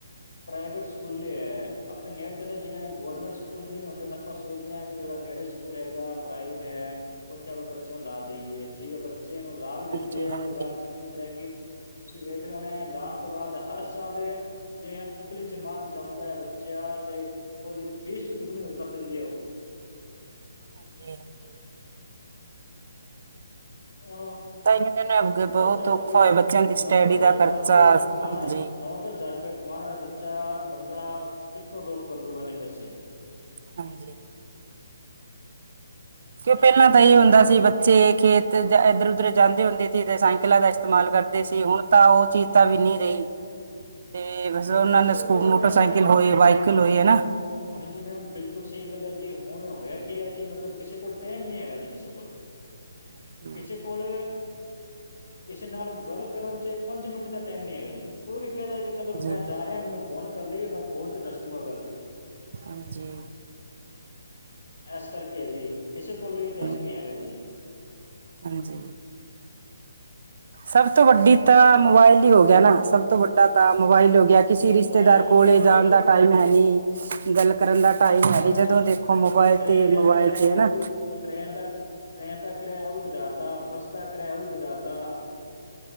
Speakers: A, on the left; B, on the right.
A: ਪ੍ਰਾਈਵੇਟ ਸਕੂਲੇ ਏ ਆਪਣੇ ਨੇੜੇ ਤੇੜੇ ਜਿਵੇਂ ਗੋਰਮੈਂਟ ਸਕੂਲ ਨਹੀਂ ਹੁੰਦੇ ਤਾਂ। ਆਪਾਂ ਸੋਚਦੇ ਆਂ ਕਿ ਜਿਹੜਾ ਨੇੜੇ ਸਕੂਲ ਹੈਗਾ ਪ੍ਰਾਈਵੇਟ ਹੈ। ਉੱਥੇ ਆਪਾਂ ਬੱਚਿਆਂ ਨੂੰ ਲਾ ਦੇਈਏ ਠੀਕ ਆ ਬੱਚੇ ਨੂੰ ਲਾ
B: ਹਾਂਜੀ
A: ਵੀ ਦਿੰਦੇ ਹੈ
B: ਹਾਂਜੀ
A: ਤੇ ਬਾਅਦ 'ਚ ਕੀ ਹੁੰਦਾ ਹੈ ਕਿ। ਤੁਸੀਂ ਵੇਖ ਰਹੇ ਹੋ ਨੇ ਲਾਉਣ ਤੋਂ ਬਾਅਦ ਹਰ ਸਾਲ ਏ। ਜੇ ਅਗਲੀ ਜਮਾਤ ਜਾਂਉਂਦਾ ਏ ਬੱਚਾ ਤੇ ਉਹਦੀ ਫੀਸ ਵੀ ਦੁੱਗਣੀ ਹੋਰ ਕਰ ਦਿੰਦੇ ਉਹ।
B: <unintelligible>
A: ਹੁਣ
B: ਤਾਂ ਇਹਨਾਂ ਬਹੁਤ
A: ਦਸ ਹਜ਼ਾਰ
B: ਔਖਾ
A: ਰੁਪਏ
B: ਹੋਇਆ ਬੱਚਿਆਂ ਦੀ
A: ਨੌ
B: ਸਟੱਡੀ
A: ਦਸ
B: ਦਾ
A: ਹਜ਼ਾਰ
B: ਖਰਚਾ
A: ਰੁਪਏ ਕਮਉਣਾ
B: ਹਾਂਜੀ
A: ਨੌ ਦਸ ਹਜ਼ਾਰ ਰੁਪਏ। ਕਮਾਣਾ ਬੱਚਾ, ਬੰਦਾ ਕਿੱਥੋਂ ਡੋਪ ਕਰ ਲੂਗਾ ਇਹਨੇ ਪੈਸੇ।
B: । <unintelligible> ਕਿਉਂ
A: ਇਸ
B: ਪਹਿਲਾਂ
A: ਕਰਕੇ
B: ਤਾਂ ਇ
A: ਜੀ
B: ਹੁੰਦਾ ਸੀ ਬੱਚੇ ਖੇਤ। ਤੇ ਇਧਰ ਉਧਰ ਜਾਂਦੇ ਹੁੰਦੇ ਸੀ ਤੇ ਸਾਇਕਲਾਂ ਦਾ ਇਸਤੇਮਾਲ ਕਰਦੇ ਸੀ ਹੁਣ ਤਾਂ ਉਹ ਚੀਜ਼ ਤਾਂ ਵੀ ਨਹੀਂ ਰਹੀ।
A: <unintelligible> <inaudible>
B: ਤੇ ਬਸ ਉਹਨਾਂ
A: ਹੁਣ ਕਿਸੇ
B: ਨੇ ਸਕੂ
A: ਕੋਲ
B: ਮੋਟਰਸਾਈਕਲ
A: ਮੈਮ
B: ਹੋਏ ਬਾਈਕਲ ਹੋਏ ਹਨਾ।
A: ਹੁਣ ਜੀ ਮੈਮ ਬਿਲਕੁਲ ਸਹੀ ਗੱਲ ਹੈ ਜੀ ਹੁਣ ਹੋਇਆ ਕੀ ਹੈ ਜੀ ਮਤਲਬ ਕਿਸੇ ਕੋਲ ਟਾਈਮ ਨਹੀਂ ਹੈਗਾ ਜੀ ਕਿਸੇ ਕੋਲ।
B: ਹਾਂਜੀ
A: ਕਿਸੇ ਕੋਲ ਕਿਸੇ ਨਾਲ ਗੱਲ ਕਰਨ 'ਚ ਪੰਜ ਮਿੰਟ ਦਾ ਟਾਈਮ ਨੀ ਹੈਗਾ ਜੀ। ਉਹ ਵੀ ਕਹਿ ਦਿਆਂ ਕਿ ਚਲੋ ਮੈਂ
B: ਹਾਂਜੀ
A: ਜਾ ਰਿਹਾ, ਮੈਨੂੰ ਫੋਨ ਕਰ ਲਈ ਮੈਂ ਫੋਨ ਤੇ ਦੱਸ ਜੂੰਗਾ ਗੱਲ।
B: ਹਾਂਜੀ।
A: ਇਸ ਕਰਕੇ ਆ ਜੀ ਕਿਸੇ ਕੋਲੇ ਟਾਈਮ
B: ਹਾਂ
A: ਨੀ ਹੈਗਾ ਜੀ।
B: ਹਾਂਜੀ। <inaudible> ਸਭ ਤੋਂ ਵੱਡੀ ਤਾਂ ਮੋਬਾਇਲ ਹੀ ਹੋ ਗਿਆ ਨਾ, ਸਭ ਤੋਂ ਵੱਡਾ ਤਾਂ ਮੋਬਾਇਲ ਹੋ ਗਿਆ। ਕਿਸੇ ਰਿਸ਼ਤੇਦਾਰ
A: ਮੋਬਾਈਲ ਹੋ
B: ਕੋਲੇ
A: ਗਿਆ
B: ਜਾਣ
A: ਜੀ
B: ਦਾ ਟਾਈਮ ਹੈ ਨਹੀਂ ਗੱਲ। ਕਰਨ ਦਾ ਟਾਈਮ
A: ਹੁਣ
B: ਹੈ ਨੀ ਜਦੋਂ ਦੇਖੋ
A: ਜਿਵੇਂ
B: ਮੋਬਾਇਲ
A: ਟ੍ਰੇਨ
B: ਤੇ,
A: ਦਾ
B: ਮੋਬਾਇਲ
A: ਕਿਰਾਇਆ
B: ਤੇ
A: ਹੈ,
B: ਹਨਾ।
A: ਉਹ ਵੀ ਟ੍ਰੇਨ ਦਾ, ਟ੍ਰੇਨ ਦਾ ਕਿਰਾਇਆ ਉਹ ਵੀ ਵਧਾ ਤਾਂ, ਬੱਸ ਦਾ ਕਿਰਾਇਆ ਉਹ ਵੀ ਵਧਾ ਤਾਂ।